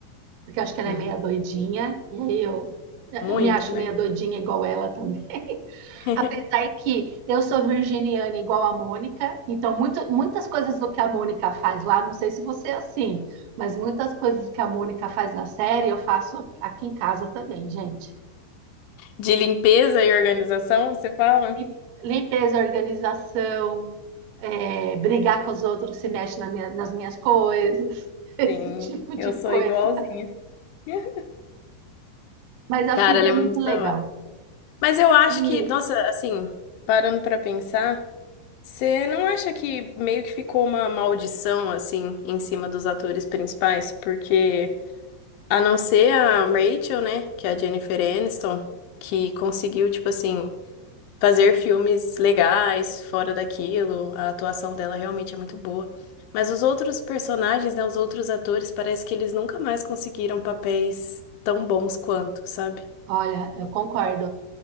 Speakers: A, on the right; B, on the left.
A: porque eu acho que ela
B: Uhum.
A: é meia doidinha, e aí eu,
B: Muito,
A: eu me acho
B: né?
A: meia doidinha igual ela também.
B: <laughs>
A: <laughs> Daí que eu sou virginiana igual a Mônica, então muito, muitas coisas do que a Mônica faz lá, não sei se você é assim, mas muitas coisas que a Mônica faz na série eu faço aqui em casa também, gente.
B: De limpeza e organização, você fala?
A: E Limpeza, organização, é, brigar com os outros se mexe na minha- nas minhas coisas, <laughs> esse
B: Sim,
A: tipo
B: eu
A: de
B: sou
A: coisa.
B: igualzinha. <laughs>
A: Mas a
B: Cara,
A: FIB
B: ela
A: é
B: é muito
A: muito legal.
B: da hora. Mas eu acho
A: E,
B: que, nossa, assim, parando pra pensar, você não acha que meio que ficou uma maldição, assim, em cima dos atores principais? Porque. A não ser a Rachel, né? Que é a Jennifer Aniston, que conseguiu, tipo assim, fazer filmes legais fora daquilo. A atuação dela realmente é muito boa. Mas os outros personagens, né? Os outros atores, parece que eles nunca mais conseguiram papéis tão bons quanto, sabe?
A: olha, eu concordo.